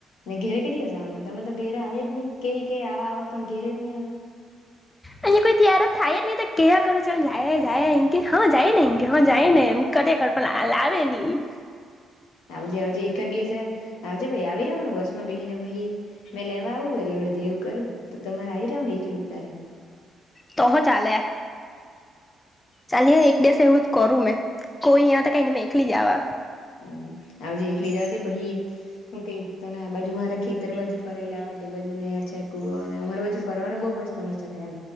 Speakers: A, on the left; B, on the left.
A: ને ઘેરે કે દિવસ આવવાના તમે તો ઘેરે આવે જ ની કેય કેય આવા આવા પણ ઘેરે જ ની આવે.
B: અહીંયા કોઈ તીયાર થાય જ ની તો કેયા કરું ચાલ જાયે જાયે હા જાયે ને ઇં હા જાયે ને. ખરેખર પણ લાવે ની.
A: <inaudible> આવજે આવજે એક જ દિવસે, આવજે ભઈ આવી રેવાનું ન બસ માં બેહી ને પહિ, મે લેવા આવું વરી અડધે એવું. કરું તો તમારે આઈ રેવાનું ને એકલું જ તારે.
B: તો હો ચાલે, ચાલની એક દિવ એવું જ કરું મેં. કોઈ ની આવે તો કાય ની મેં એખલીજ આવા.
A: હમ આવજે એકલી જ આવજે પછી હું કેઈ તને આ બાજુ મારે ખેતર બાજુ ફરાઈ લેવા તે બાજુ નેર છે કુવો અને અમાર બાજુ ફ રવાનું બહ મસ્ત મસ્ત છે એમ,